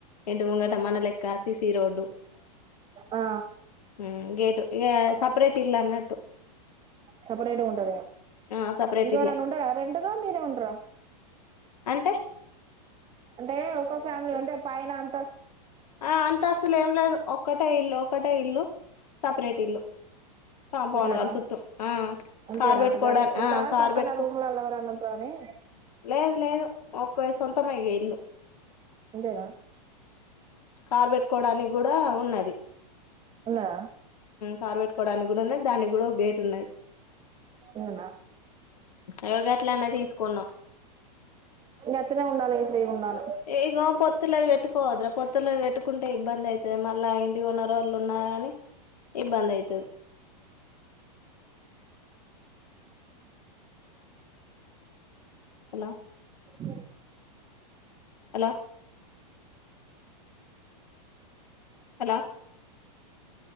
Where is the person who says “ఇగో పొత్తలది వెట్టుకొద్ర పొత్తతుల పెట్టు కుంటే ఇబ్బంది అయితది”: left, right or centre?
Left